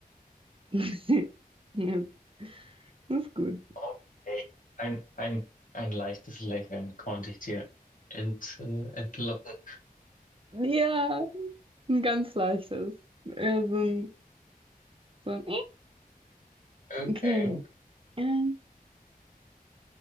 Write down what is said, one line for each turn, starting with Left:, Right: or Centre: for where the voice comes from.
Right: <laughs> Ja, Das ist gut.
Left: Okay. Ein, ein, ein leichtes Lächeln konnte ich dir ent, äh, entlocken.
Right: Ja, ein ganz leichtes. Ja, so ein, so ein
Left: Okay.
Right: Okay.
Left: okay.
Right: Äh,